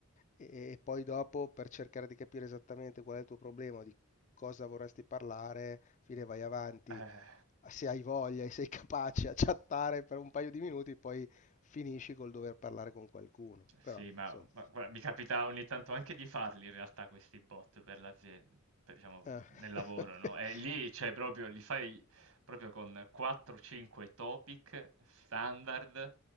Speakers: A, on the left; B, on the right.
A: e, e poi dopo per cercare di capire esattamente qual è il tuo problema, di cosa vorresti parlare, fine vai avanti.
B: Eh.
A: Se hai voglia e sei capace a chattare per un paio di minuti, poi finisci col dover parlare con qualcuno.
B: Sì,
A: Però,
B: ma
A: insomma,
B: ma gua mi capita ogni tanto anche di farli in realtà questi bot per l'azien per diciamo
A: eh.
B: nel lavoro,
A: <laughs>
B: no, e lì cioè proprio li fai proprio con 4-5 topic standard